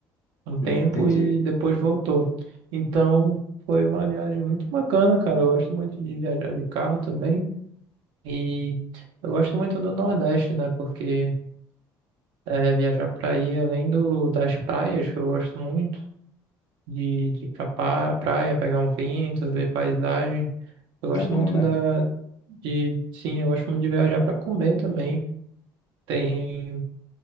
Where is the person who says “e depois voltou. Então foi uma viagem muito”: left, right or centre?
Right